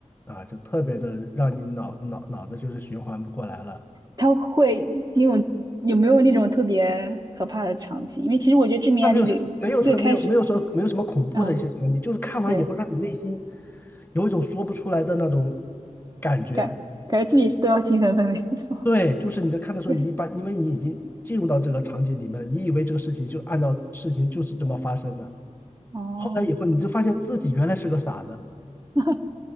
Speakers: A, on the left; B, on the right.
A: 啊，就特别的让你脑脑脑子就是循环不过来了。
B: 它会那种有没有那种特别可怕的场景？因为其实我觉得知名
A: 他没有什没有特没有没有说没有什么恐怖的一些场景，
B: ID 有最开始，嗯、
A: 就是看完以后让你内心
B: 对，
A: 有一种说不出来的那种感觉。
B: 感感觉自己都要精神分裂。<laughs>
A: 对，就是你在看的时候，
B: 对，
A: 你一般因为你已经进入到这个场景里面了，你以为这个事情就按照事情就是这么发生的，
B: 哦，
A: 后来以后你就发现自己原来是个傻子。
B: <laughs>